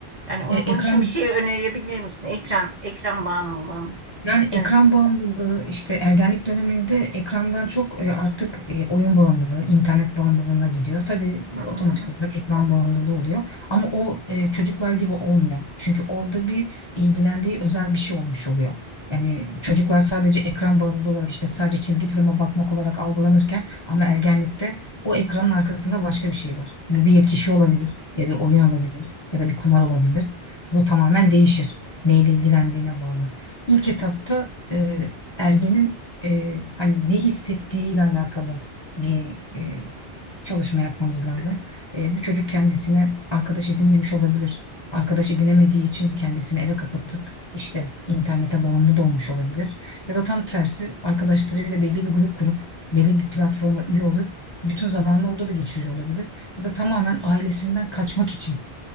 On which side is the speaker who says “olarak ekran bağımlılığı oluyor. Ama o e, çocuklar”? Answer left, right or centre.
Left